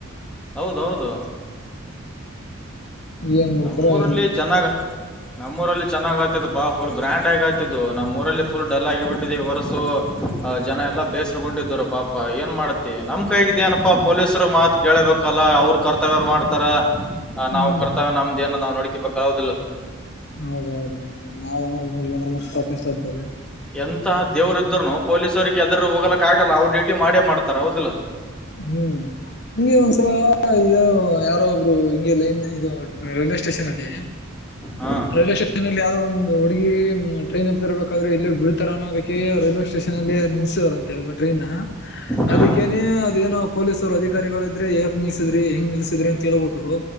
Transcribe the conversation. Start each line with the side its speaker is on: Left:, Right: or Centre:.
Centre: ಹೌದ ಹೌದು
Left: ಏನ್ ಮಾಡ್ತಾರೋ
Centre: ನಮ್ಮೂರಲ್ಲಿ
Left: ಏನಪ್ಪಾ
Centre: ಚೆನ್ನಾಗ ನಮ್ಮೂರಲ್ಲಿ ಚೆನ್ನಾಗ್ ಚೆನ್ನಾಗಿ ಅತ್ತಿತು ಫುಲ್ ಗ್ರ್ಯಾಂಡ್ ಆಗ ಆತ ನಮ್ಮ್ ಊರಲ್ಲಿ ಫುಲ್ ಡಲ್ ಆಗಿಬಿಟ್ಟಿದ್ದು ವರ್ಷು ಜನ ಎಲ್ಲ ಬೇಸರ್ರುಗೊಂಡಿದ್ದ್ರು ಪಾಪ. ಪ್ಪಾ ಏನ್ ಮಾಡ್ತಿ ನಮ್ ಕೈಗಿದ ನಪ್ಪಾ ಪೊಲೀಸರು ಮಾತ್ ಕೇಳಬೇಕಲ್ಲ ಅವ್ರ ಕರ್ತವ್ಯರು ಮಾಡ್ತಾರ.
Left: ಹ್ಮ್
Centre: ನಾವು ಕರ್ತವೆ ನಮ್ಮದೇನದ ನಾವು ನೋಡಕಬೇಕದಿಲ್ಲ ಹೌದಿಲ್ಲ.
Left: ಹೌದು ಹೌದು ನಾವ ಮ <unintelligible> ಕಷ್ಟ್ದೇವೆ
Centre: ಎಂತ ದೇವರು ಇದ್ರುನು ಪೊಲೀಸವರಿಗೆ ಎದುರಿ ಹೋಗಲಕ್ಕ ಆಗಲ್ಲ ಅವ್ರ ಡ್ಯೂಟಿ ಮಾಡೇ ಮಾಡ್ತಾರ ಹೌದಿಲ್ಲ
Left: ಹ್ಮ್ ನಿಂಗೆ ಒಂದ್ಸಲಾ ಇ ಯಾರೋ ಒಬ್ರು ಹಿಂಗೆ ಲೈನಾಗ್ ಇದು ರೈಲ್ವೆ ಸ್ಟೇಷನ್ ಏ
Centre: ಹಾ
Left: ರೈಲ್ವೆ <unintelligible> ಲ್ಲಿ ಯಾವದೋ ಒಂದು ಹುಡುಗಿ ಟ್ರೈನ್ ಹತ್ತಿರಬೇಕಾದ್ರೆ ಇಲ್ಲೆ ಬಿಡ್ತಾರ ಅನ್ನೋದಕ್ಕೆ ರೈಲ್ವೆ ಸ್ಟೇಷನ್ ಅಲ್ಲಿ ನಿಲ್ಸರ್ ಒಟ್ರೀನ್
Centre: ಹಾ
Left: ಅದಕ್ಕೇನೆ ಇದೇನೋ ಪೊಲೀಸ್ ಅವ್ರ ಅಧಿಕಾರಿಗಳ ಇದ್ರೆ ಯಾಕ್ ನಿಲ್ಸಿದ್ರಿ ಹೆಂಗ್ ನಿಲ್ಸಿದ್ರಿ ಅಂತ ಹೇಳ್ಬಿಟ್ಟು